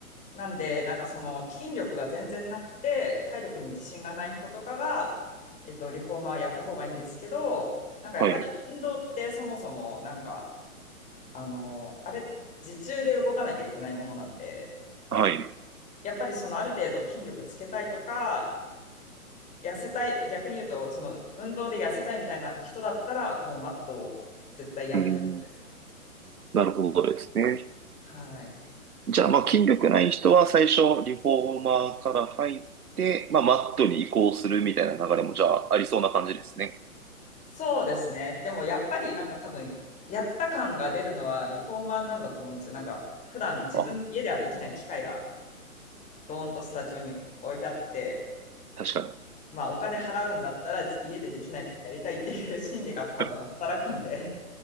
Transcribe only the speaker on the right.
はい、
はい。
うん、なるほどですね。
じゃあ、まあ、筋力ない人は最初、リフォーマーから入って、まあ、マットに移行するみたいな流れも、じゃあ、ありそうな感じですね。
あ、
確かに。
<laughs>